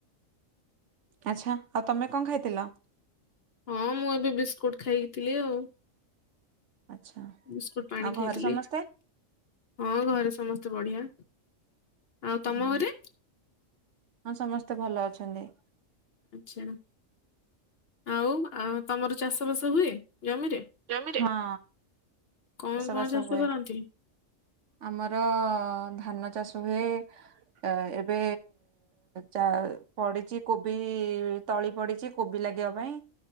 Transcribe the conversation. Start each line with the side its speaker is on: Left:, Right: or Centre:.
Right: ଆଚ୍ଛା ଆଉ ତମେ କଣ ଖାଇଥିଲ?
Left: ହଁ ମୁଁ ଏବେ ବିସ୍କୁଟ ଖାଇକି ଥିଲି ଆଉ।
Right: ଆଚ୍ଛା
Left: ବିସ୍କୁଟ ପାଣି
Right: ଆଉ
Left: ଖାଇଥିଲି
Right: ଘରେ ସମସ୍ତେ?
Left: ହଁ ଘରେ ସମସ୍ତେ ବଢିଆ। ଆଉ ତମ
Right: ଅଁ
Left: ଘରେ?
Right: ହଁ ସମସ୍ତେ ଭଲ ଅଛନ୍ତି।
Left: ଆଛା ଆଉ ଆ ତମର ଚାଷ ବାସ ହୁଏ? ଜମିରେ
Right: ଜମିରେ? ହଁ
Left: କଣ କଣ
Right: ବାସ
Left: ଚାଷ
Right: ହୁଏ
Left: କରନ୍ତି?
Right: ଆମର ଧାନ ଚାଷ ହୁଏ। ଅ ଏବେ ଚା ପଡିଚି କୋବି ତଳି ପଡିଚି କୋବି ଲାଗିବା ପାଇଁ